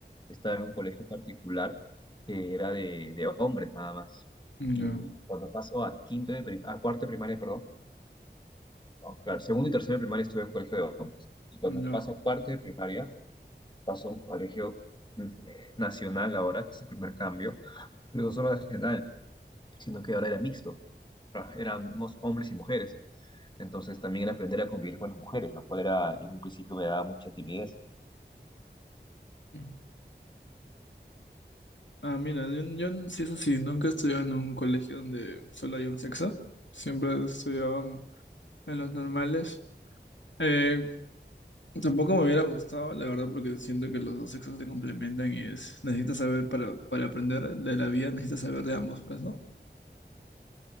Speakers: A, on the left (about 25°); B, on the left (about 85°).
A: estaba en un colegio particular que era de, de hombres nada más.
B: No,
A: Y cuando paso a quinto de pri- a cuarto de primaria, perdón, no, claro, segundo y tercero de primaria estuve en un colegio de hombres. Y cuando
B: no.
A: paso a cuarto
B: <laughs>
A: de primaria, paso a un colegio mm, eh, nacional ahora, que es el primer cambio, pero no solo nacional, sino que ahora era mixto, éramos hombres y mujeres. Entonces también aprender a convivir con las mujeres, lo cual era, en un principio me daba mucha timidez.
B: Mm. Ah, mira, yo, yo n- sí, eso sí, nunca he estudiado en un colegio donde solo hay un sexo. Siempre he estudiado en, en los normales. Eh, tampoco me hubiera gustado, la verdad, porque siento que los dos sexos se complementan y es, necesitas saber para, para aprender de la vida, necesitas saber de ambos, pues, ¿no?